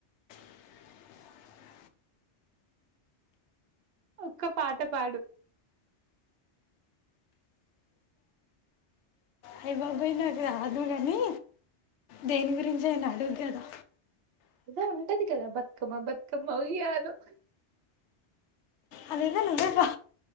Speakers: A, on the left (about 80°); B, on the right (about 65°).
A: <unintelligible>
B: ఒక్క పాట పాడు
A: అయి బాబోయ్ నాకు రాదు గనీ, దేని గురించి ఆయన అడుగు గదా
B: ఏదో ఉంటది కదా బతుకమ్మ బతుకమ్మ ఉయ్యాలొ
A: అదేదో నువ్వే బా